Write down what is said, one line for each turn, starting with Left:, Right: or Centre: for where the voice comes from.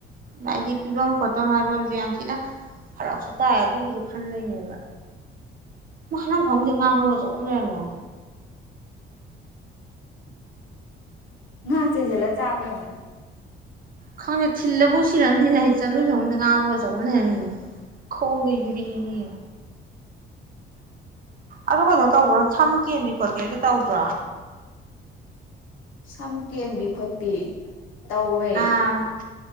Right: ꯍꯥꯏꯗꯤ ꯄꯤꯐꯝ ꯈꯣꯠꯐꯝ ꯍꯥꯏꯐꯝꯁꯦ ꯌꯥ ꯁꯤꯅ ꯐꯔꯛꯁꯨ ꯇꯥꯏ ꯑꯗꯨꯒꯤꯁꯨ ꯈꯟꯗꯣꯏꯅꯦꯕ ꯃꯈ ꯍꯅꯪ ꯐꯥꯎꯁꯦ ꯉꯥꯝꯃꯨꯔꯒ
Left: ꯎꯝ
Right: ꯆꯆꯨꯝ ꯂꯩꯔꯝꯉꯦ ꯏ
Left: ꯉ ꯆꯦꯖꯂ ꯆꯥꯕꯃ
Right: ꯈꯪꯗꯦ ꯊꯤꯜꯂꯕꯨ ꯎꯁꯤꯔꯅꯤꯅꯦ ꯍꯥꯏ ꯆꯅꯨ ꯐꯗ ꯉꯥꯕ꯭ꯔꯒ ꯆꯧꯕꯅꯤ ꯍꯥꯏꯔꯃꯤꯅꯦ ꯈꯣꯡꯗ ꯌꯔꯤꯅꯤ ꯑꯗꯨ ꯀꯩꯅꯣ ꯇꯧꯕ꯭ꯔꯣ ꯁꯝ ꯀꯦꯟꯕꯤ ꯈꯣꯠꯀꯦꯇ ꯇꯧꯗ꯭ꯔꯣ
Left: ꯁꯝ ꯀꯦꯟꯕꯤ ꯈꯣꯠꯄꯤ ꯇꯧꯋꯦ
Right: ꯑꯥ